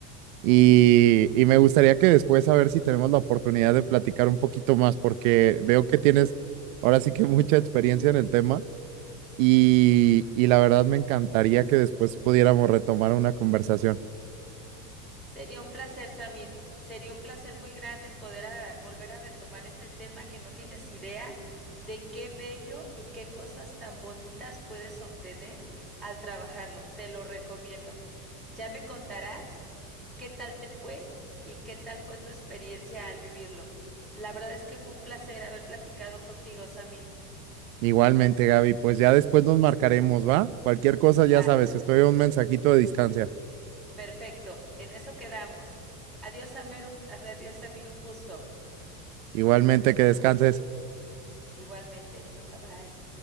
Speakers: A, on the right (about 60°); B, in the centre.
A: Y, y me gustaría que después a ver si tenemos la oportunidad de platicar un poquito más, porque veo que tienes ahora sí que <laughs> mucha experiencia en el tema y, y la verdad me encantaría que después pudiéramos retomar una conversación.
B: Sería un placer, Samir. Sería un placer muy grande poder a- volver a retomar este tema que no tienes idea de qué bello y qué cosas tan bonitas puedes obtener al trabajarlo. Te lo recomiendo. Ya me contarás qué tal te fue y qué tal fue tu experiencia al vivirlo. La verdad es que fue un placer haber platicado contigo, Samir.
A: Igualmente, Gaby, pues ya después nos marcaremos, ¿va? Cualquier cosa,
B: Va.
A: ya sabes, estoy a un mensajito de distancia.
B: Perfecto, en eso quedamos. Adiós, Amir, un- adiós, Samir, un gusto.
A: Igualmente,
B: Bye bye.
A: que descanses.
B: Igualmente, bye bye.